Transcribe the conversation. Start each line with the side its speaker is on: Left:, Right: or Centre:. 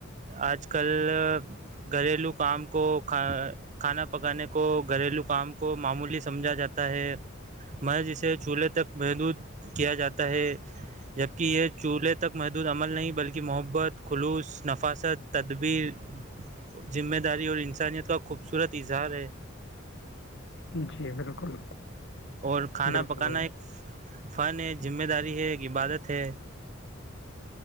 Right: آج کل گھریلو کام کو کھ کھانا پکانے کو گھریلو کام کو معمولی سمجھا جاتا ہے م جسے چولہے تک محدود کیا جاتا ہے جبکہ یہ چولہے تک محدود عمل نہیں بلکہ محبت خلوص نفاست تدبیر ذمہ داری اور انسانیت کا خوبصورت اظہار ہے
Left: جی بالکل
Right: اور کھانا
Left: بالکل
Right: پکانا ایک فن ہے ذمہ داری ہے ایک عبادت ہے